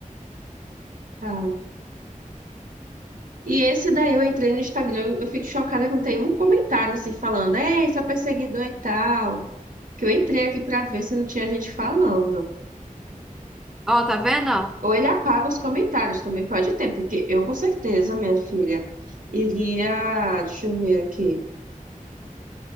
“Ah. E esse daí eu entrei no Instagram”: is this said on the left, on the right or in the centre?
Right